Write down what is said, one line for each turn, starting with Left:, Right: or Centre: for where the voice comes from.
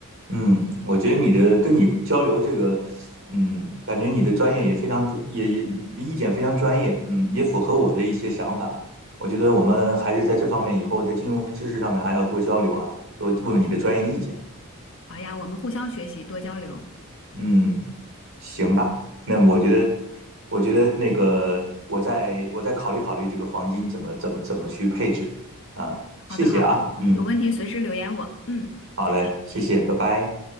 Right: 嗯，我觉得你的跟你交流这个，嗯，感觉你的专业也非常专，也也意见非常专业，嗯，也符合我的一些想法。我觉得我们还是在这方面以后在金融知识上面还要多交流啊，多问问你的专业意见。
Left: 好呀，我们互相学习，多交流。
Right: 嗯，行吧，那我觉得，我觉得那个我再我再考虑考虑这个黄金怎么怎么怎么去配置啊。
Left: 好的，
Right: 谢谢啊，
Left: 好的，
Right: 嗯，
Left: 有问题随时留言我。嗯，
Right: 好嘞，
Left: 再见。
Right: 谢谢，拜拜。